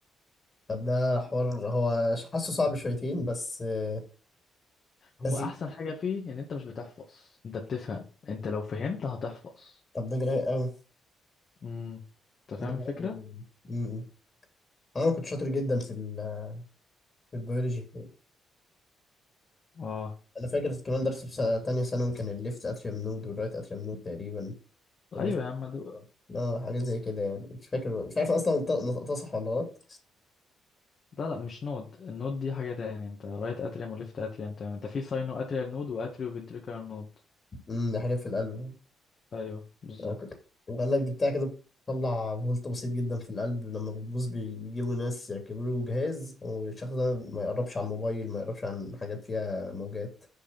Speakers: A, on the left (about 30°); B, on the left (about 50°).
A: طب ده حوار هو ش- حاسه صعب شويتين بس آه، لذيذ
B: هو احسن حاجه فيه ان انت مش بتحفظ انت بتفهم انت لو فهمت هتحفظ
A: طب ده جراء قوي
B: امم انت
A: جراء
B: فاهم الفكره
A: قوي انا كنت شاطر جدا في ال- في البيولوجي
B: اه
A: انا فاكر كمان درس في سنة- تانية ثانوي كان الليفت اتريم نود والرايت اتريم نود تقريبا والليفت
B: ايوه يا عم ده
A: اه حاجات زي كده يعني مش فاكر مش عارف اصلا نط- نطقتها صح ولا غلط
B: لا لا مش نود النود دي حاجه تاني انت رايت اتريوم وليفت اتريوم تمام انت في ساينو اتريال نود واتريو فنتريكولار نود
A: امم دي حاجات في القلب
B: ايوه بالظبط
A: أنا كنت- وقال لك دي بتاع كده بتطلع فولت بسيط جدا في القلب لما بتبوظ بيجيبوا ناس يركبوا له جهاز والشخص ده ما يقربش عن موبايل ما يقربش عن حاجات فيها موجات